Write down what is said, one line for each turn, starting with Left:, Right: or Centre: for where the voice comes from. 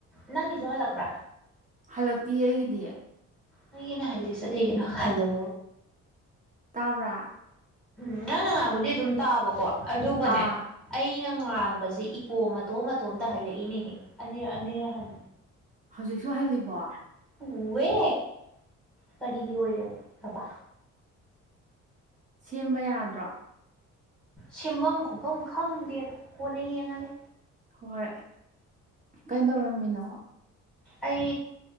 Centre: ꯅꯪꯒꯤꯁꯨ ꯍꯜꯂꯛꯄ꯭ꯔꯥ
Right: ꯍꯜꯂꯛꯇꯤꯌꯦ ꯑꯩꯒꯤꯗꯤ
Centre: ꯑꯩꯒꯤꯅ ꯍꯜꯂꯤꯁꯦ ꯀꯩꯒꯤꯅꯣ ꯍꯜꯂꯣ
Right: ꯇꯥꯕ꯭ꯔꯥ
Centre: ꯅꯪ ꯅ ꯉꯥꯡꯕꯨꯗꯤ ꯑꯗꯨꯝ ꯇꯥꯕꯀꯣ ꯑꯗꯨꯒꯅꯦ
Right: ꯑꯥ
Centre: ꯑꯩꯅ ꯉꯥꯡꯕꯁꯤ ꯏꯀꯣ ꯃꯇꯣꯝ ꯃꯇꯣꯝ ꯇꯥꯍꯜꯂꯛꯏꯅꯦꯍꯦ ꯑꯅꯤꯔꯛ ꯑꯅꯤꯔꯛ ꯍꯜ
Right: ꯍꯧꯖꯤꯛꯁꯨ ꯍꯜꯂꯤꯕꯣ
Centre: ꯍ ꯋꯦ ꯀꯔꯤꯒꯤ ꯑꯣꯏꯔꯒꯕꯥ
Right: ꯁꯦꯝꯕ ꯌꯥꯗ꯭ꯔꯣ
Centre: ꯁꯦꯝꯐꯝ ꯈꯣꯠꯐꯝ ꯈꯪꯗꯦꯗ ꯀꯣꯟꯅ ꯌꯦꯡꯉꯒꯦ
Right: ꯍꯣꯏ ꯀꯩꯗꯧꯔꯝꯃꯤꯅꯣ
Centre: ꯑꯩ